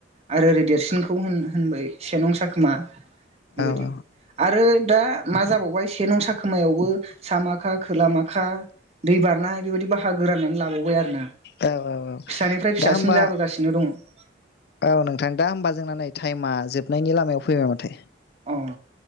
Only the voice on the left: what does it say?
औ
औ औ औ
दा होमबा
औ नोंथां दा होमबा जोंना नै टाइमा जोबनायनि लामायाव फैबाय माथो ।